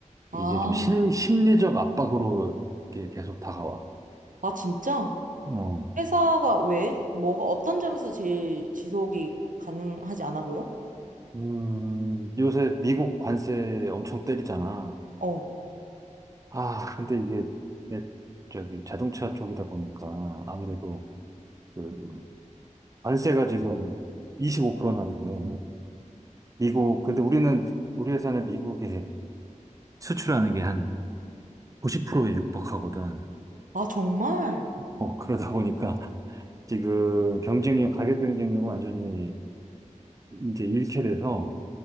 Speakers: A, on the right; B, on the right.
A: 아,
B: 이게 좀 심, 심리적 압박으로 이렇게 계속 다가와.
A: 아, 진짜?
B: 어,
A: 회사가 왜? 뭐가, 어떤 점에서 제일 지속이 가능하지 않아 보여?
B: 음, 요새 미국 관세 엄청 때리잖아.
A: 어.
B: 아, 근데 이게 내 저기 자동차 쪽이다 보니까 아무래도 그 관세가 지금 25%나 돼요. 미국, 근데 우리는, 우리 회사는 미국에 수출하는 게한 90%에 육박하거든.
A: 아, 정말?
B: 어, 그러다 보니까 <laughs> 지금 경쟁력, 가격 경쟁력을 완전히 이제 잃게 돼서